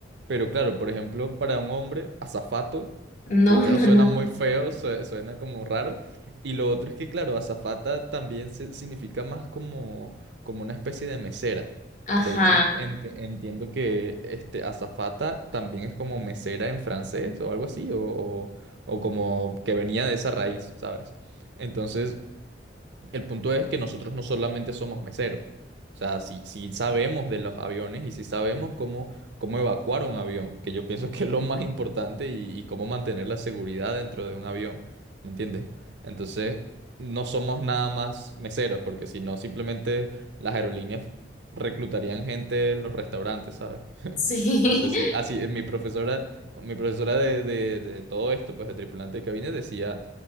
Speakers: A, on the right; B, on the left.
A: pero claro, por ejemplo, para un hombre, azafato,
B: No,
A: primero
B: <laughs> no,
A: suena
B: no.
A: muy feo, sue- suena como raro. Y lo otro es que, claro, azafata también se- significa más como, como una especie de mesera.
B: Ajá.
A: De hecho, en- ent- entiendo que este azafata también es como mesera en francés o algo así, o, o- o como que venía de esa raíz, ¿sabes? Entonces, el punto es que nosotros no solamente somos meseros. O sea, si, si sabemos de los aviones y si sabemos cómo, cómo evacuar un avión, que yo pienso que es lo más importante y, y cómo mantener la seguridad dentro de un avión, ¿me entiendes? Entonces, no somos nada más meseros, porque si no, simplemente las aerolíneas reclutarían gente en los restaurantes, ¿sabes?
B: Sí,
A: No sé si... Ah, sí, eh, mi profesora, mi profesora de, de, de todo esto, pues de tripulante de cabina, decía